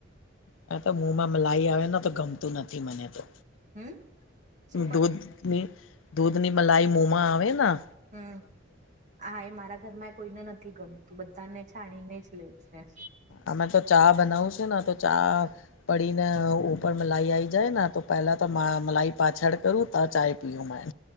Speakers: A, on the left (about 80°); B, on the right (about 40°).
A: હ તો મોમાં મલાઈ આવેને તો ગમતું નથી મને તો
B: હમ શું કહ
A: દૂધ
B: છો
A: ની દૂધ ની મલાઈ મોમાં આવે ના
B: હમ્મ હા એ મારા ઘરમાં કોઈને નથી ગમતું બધાને છાણીને જ લે છે.
A: અમે તો ચા બનાવ છું ને તો ચા પડીને ઉપર મલાઈ આઈ જાય તો પહેલા તો મા મલાઈ પાછળ કરું ઉતા ચા પીયું મેં.